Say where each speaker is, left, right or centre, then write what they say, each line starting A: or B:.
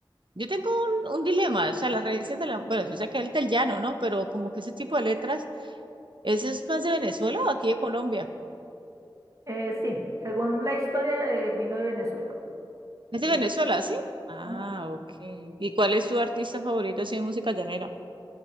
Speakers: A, on the right; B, on the right.
A: yo tengo un, un dilema, o sea, las raíces de la, bueno, yo sé que es del llano, ¿no? Pero como que ese tipo de letras, ¿eso es más de Venezuela o aquí de Colombia?
B: Eh, sí, según la historia eh, vino de Venezuela, pero
A: Es de Venezuela,
B: es-
A: ¿sí? Ah,
B: ajá.
A: ok. ¿Y cuál es tu artista favorito así de música llanera?